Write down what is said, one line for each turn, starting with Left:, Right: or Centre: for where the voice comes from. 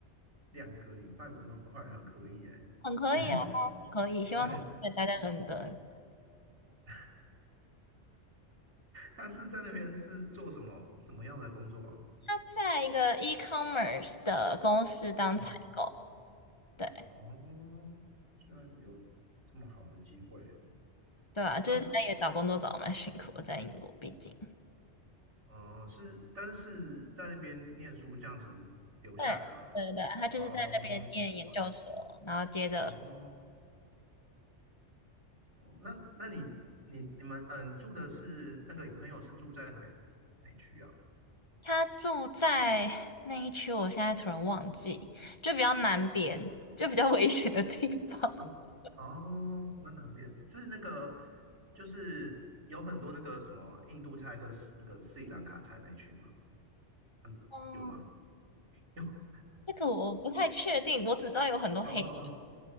Right: 两个礼拜五万块，很可以耶。
Left: 很可以啊，
Right: <laughs>
Left: 很可以。希望他可以待在伦敦，
Right: 对，<laughs> 他是在那边是做什么什么样的工作啊？
Left: 他在一个 e-commerce 的公司当采购。
Right: 嗯，
Left: 对。
Right: 哦，居然有这么好的机会，
Left: 对啊，就是他也找工作找的蛮辛苦的，
Right: 那
Left: 在英国，毕竟。
Right: 呃是，但是在那边念书这样子留下来吗？
Left: 对对对对，他就是在那边念研究所，
Right: 哦，难怪，
Left: 然后接着
Right: 哦，哦，那那你你你们嗯住的是那个你朋友是住在哪哪一区啊？
Left: 他住在那一区，我现在突然忘记，就比较南边，就比较危险的地方。
Right: 啊，
Left: <laughs>
Right: 哦，比较南边是那个，就是有很多那个什么印度菜跟斯那个斯里兰卡菜那一区吗？嗯，
Left: 嗯，
Right: 有吗？有，<laughs>
Left: 这个我不太确定，我只知道有很多黑人。
Right: 哦